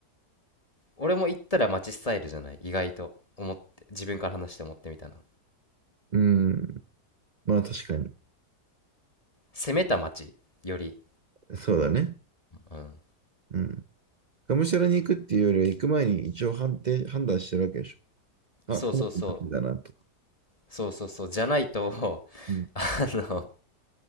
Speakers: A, on the left; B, on the right.
A: 俺も行ったら街スタイルじゃない意外と思って自分から話して思ってみたな
B: うんまあ確かに。
A: 攻めた街より、
B: そうだね。
A: うん、
B: うん。がむしゃらに行くっていうよりは、行く前に一応判定、判断してるわけでしょ。
A: そうそうそ
B: あ、この子マジだなと。
A: うそうそうそうじゃないと <laughs>
B: うん。
A: あの、